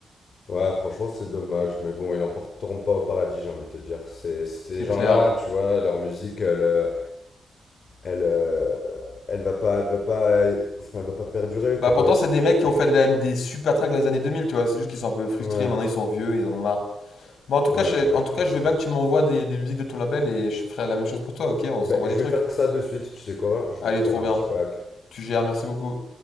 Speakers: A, on the left; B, on the left.
A: Ouais, franchement, c'est dommage, mais bon, ils l'emporteront pas au paradis, j'ai envie de te dire. Ces, ces
B: C'est
A: gens-là,
B: clair.
A: tu vois, leur musique, elle, euh, elle, euh, elle va pas, elle va pas, enfin, elle va pas perdurer,
B: Bah
A: quoi.
B: pourtant,
A: C'est-
B: c'est des mecs qui ont fait
A: c'est-
B: des, des super tracks dans les années 2000, tu vois. C'est juste qu'ils sont un peu frustrés,
A: Ouais,
B: maintenant ils sont vieux ils en ont marre. Bon, en tout
A: ouais,
B: cas, je,
A: ouais,
B: en
A: je
B: tout
A: pense
B: cas, je veux
A: que c'est
B: bien
A: ça.
B: que tu m'envoies des, des musiques de ton label et je ferai la même chose pour toi, ok? On s'envoie
A: Ben, je
B: des trucs.
A: vais faire ça de suite, tu sais quoi? Je
B: Allez,
A: vais te faire
B: trop
A: un
B: bien.
A: petit pack.
B: Tu gères, merci beaucoup.